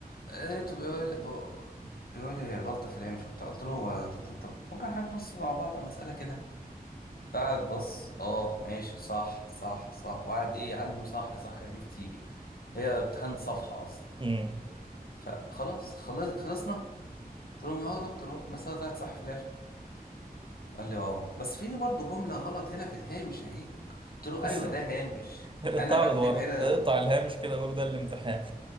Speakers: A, on the left; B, on the right.
A: لقيته بيقول بيقول لي غلطة في الهامش وبتاع قلت له يا دكتور طب ممكن حضرتك نص مع بعض على مسألة كده قاعد بص اه ماشي صح صح صح وقعد ايه يعلم صح صح دي كتير هي امتحان صفحة اصلا
B: امم
A: فخلاص خلص خلصنا قلت لهم اه يا دكتور اهو المسألة طلعت صح في الاخر قال لي اه بس في برضه جملة غلط هنا في الهامش اهي قلت له
B: <laughs>
A: ايوه ده هامش
B: اقطع
A: انا
B: له
A: بكتب
B: لورا
A: هنا
B: اقطع الهامش كده وقول ده الامتحان